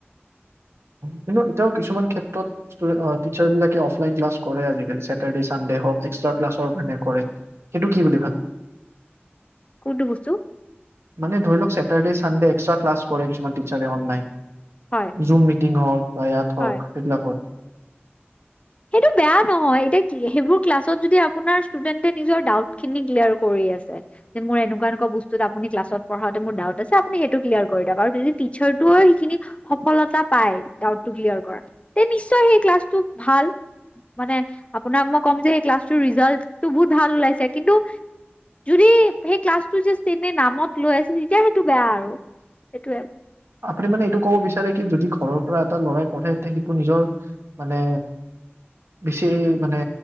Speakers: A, on the right; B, on the left.
A: কিন্তু তেওঁ কিছুমান ক্ষেত্ৰত টিচাৰবিলাকে অফলাইন ক্লাছ কৰে আজিকালি সেটৰদে চানডে হওঁক এক্সট্ৰা ক্লাছৰ মানে কৰে সেইটো কি বুলি ভা
B: কোনটো বস্তু
A: মানে ধৰি লওক চেটাৰডে চানডে এক্সট্ৰা ক্লাছ কৰে কিছুমান তাৰে অনলাইন
B: হয়
A: জুম মিটিং হওক বা ইয়াত
B: হয়
A: হওক সেইবিলাকত
B: সেইটো বেয়া নহয় এতিয়া সেইবোৰ ক্লাছত যদি আপোনাৰ ষ্টুডেণ্টে নিজৰ ডাউট খিনি ক্লিয়াৰ কৰি আছে যে মোৰ এনেকোৱা এনেকোৱা বস্তুত আপুনি ক্লাছত পঢ়াওঁতে মোৰ ডাউট আছে আপুনি সেইটো ক্লিয়াৰ কৰি দিয়ক আৰু যদি টিচাৰটোৱে সেইখিনি সফলতা পায় ডাউটটো ক্লিয়াৰ কৰা তে নিশ্চয় সেই ক্লাছটো ভাল মানে আপোনাক মই ক'ম যে সেই ক্লাছটোৰ ৰিজাল্টটো বহুত ভাল ওলাইছে কিন্তু যদি সেই ক্লাছটো জাষ্ট এনে নামত লৈ আছে তেতিয়া সেইটো বেয়া আৰু সেইটোৱে
A: আপুনি মানে এইটো ক'ব বিচাৰে কি যদি ঘৰৰ পৰা এটা লৰাই পঢ়ে সেইটো নিজৰ মানে বেছি মানে